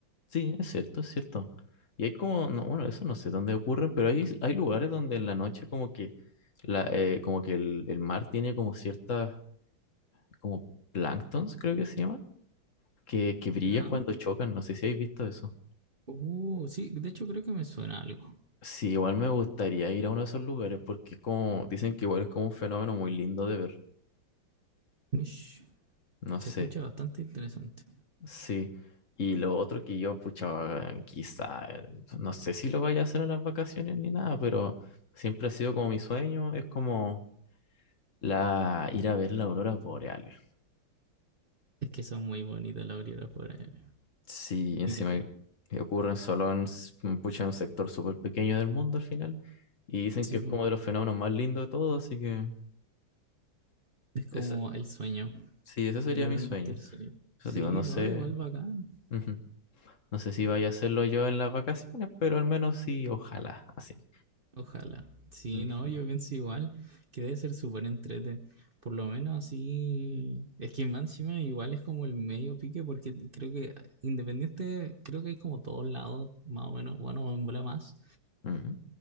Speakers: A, on the left; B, on the right.
A: sí, es cierto, es cierto. Y hay como, no, bueno, eso no sé dónde ocurren, pero hay, hay lugares donde en la noche como que, la, eh, como que el, el mar tiene como ciertas, como planctons, creo que se llaman, que, que brillan
B: ¿Ya?
A: cuando chocan. No sé si habéis visto eso.
B: Uh, sí, de hecho creo que me suena algo.
A: Sí, igual me gustaría ir a uno de esos lugares porque es como, dicen que igual es como un fenómeno muy lindo de ver,
B: Mish.
A: no
B: Se
A: sé,
B: escucha bastante interesante.
A: sí. Y lo otro que yo, pucha, quizá, eh, no sé si lo vaya a hacer en las vacaciones ni nada, pero siempre ha sido como mi sueño, es como la, ir a ver las auroras boreales.
B: Es que son muy bonitas las auroras boreales,
A: Sí, encima
B: Literal.
A: que ocurren solo en, s- mm, pucha, en un sector súper pequeño del mundo al final, y dicen
B: Sí,
A: que es
B: po.
A: como de los fenómenos más lindos de todos, así que
B: es como
A: ese,
B: el sueño.
A: sí, ese sería
B: Literalmente
A: mi sueño.
B: el sueño.
A: Eso
B: Sí,
A: digo, no
B: no,
A: sé.
B: igual bacán.
A: Ujú. No sé si vaya a hacerlo yo en las vacaciones, pero al menos sí, ojalá, así.
B: Ojalá. Sí,
A: Ujú.
B: no, yo pienso igual que debe ser súper entrete. Por lo menos así. Es que más encima igual es como el medio pique, porque creo que independiente, creo que hay como todos lados, más o menos, bueno, en bola más,
A: Ujú.